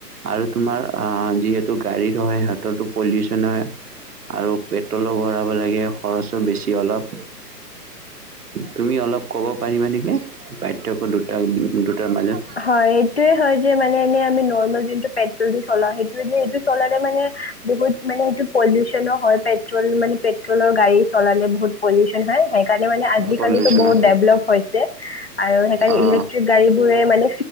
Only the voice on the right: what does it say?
আৰু তোমাৰ যিত গাড়ীত হয় সিহঁতৰো পলিউচন হয় আৰু পেট্ৰলো ভৰাব লাগে খৰচো বেছি অলপ তুমি অলপ ক'ব পাৰিবা নেকি পাৰ্থয়ক্য দুটাৰ দুটা মাজত
পলিউচনৰ
অ